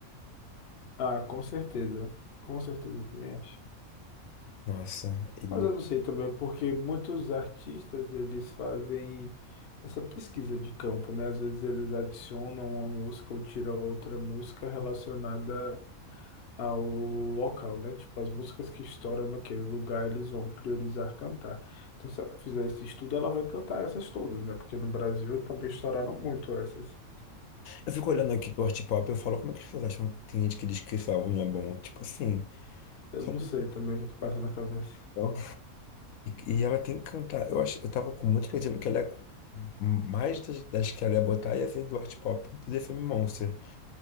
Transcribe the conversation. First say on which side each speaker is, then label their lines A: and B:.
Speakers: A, on the left; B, on the left.
A: Ah, com certeza. Com certeza, eu também acho.
B: Nossa. E
A: Mas eu não sei também, porque muitos artistas eles fazem essa pesquisa de campo, né? Às vezes eles adicionam uma música ou tiram outra música relacionada ao local, né? Tipo, as músicas que estouram naquele lugar, eles vão priorizar cantar. Então, se ela fizer esse estudo, ela vai cantar essas todas, né? Porque no Brasil também estouraram muito essas.
B: eu fico olhando aqui pro Art Pop e eu falo, como é que as pessoas acham que tem gente que diz que esse álbum não é bom? Tipo assim,
A: Eu
B: só
A: não
B: tem
A: sei
B: música
A: também o que que passa na cabeça.
B: boa, então. E, e ela tem que cantar. Eu acho, eu tava com muita expectativa que ela ia- mais das, das que ela ia botar ia ser do Art Pop do The Fame Monster.